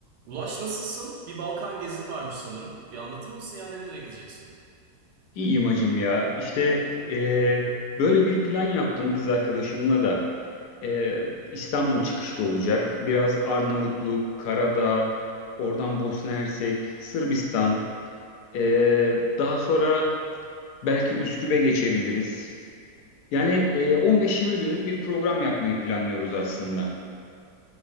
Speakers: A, on the right (about 85°); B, on the left (about 75°).
A: Ulaş nasılsın? Bir Balkan gezin varmış sanırım. Bir anlatır mısın ya nerelere gideceksin?
B: İyiyim hacım ya. İşte eee, böyle bir plan yaptım kız arkadaşımla da. Eee, İstanbul çıkışta olacak. Biraz Arnavutluk, Karadağ, oradan Bosna Hersek, Sırbistan. Eee, daha sonra belki Üsküp'e geçebiliriz. Yani eee, 15-20 günlük bir program yapmayı planlıyoruz aslında.